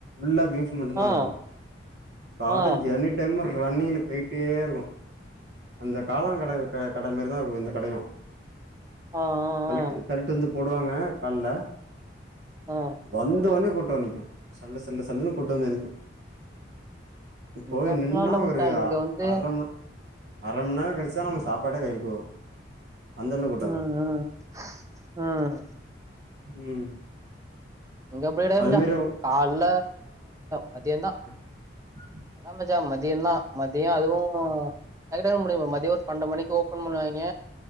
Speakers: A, on the right; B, on the right.
A: ல்லா பீப் மட்டுதா
B: ஆ
A: இருக்கு கட
B: ஆ
A: எனிடை டைம் ரன்னிங்கில் போய்டிட்டே இருக்கு அந்த காளான் கட க கட மாரி தா இருக்கு இந்த கடையு
B: ஆ ஆ
A: தல்ட்டு
B: ஆ
A: தல்ட்டு வந்து போடுவாங்க கால்ல
B: ஆ
A: வந்தோனே கூட்டோ நிக்கு சல்லு சல் சல்ல சல்லன்னு கூட்டோ வந்து நிக்கு
B: இங்க
A: போய்
B: அப்டிலா
A: நின்னா
B: இல்ல மச்சா
A: ஒரு
B: இங்க வந்து
A: அர மணி அர மணி நேரோ கழிச்சா நமக்கு சாப்பாட்டே கையிக்கு வரு அந்த அளவுக்கு கூட்ட
B: ம்
A: இருக்
B: ம் ம்
A: ம்
B: இங்க எப்டி இல்லடா
A: அது
B: மச்சா
A: மாரி
B: கால்ல மதியந்தா
A: ஹ
B: அதா மச்சா மதியந்தா மதியோ அதுவு ட்க்கு டக்குனு முடியு மதியோ ஒரு பன்னென்டு மணிக்கு ஓப்பன் பண்ணுவாங்க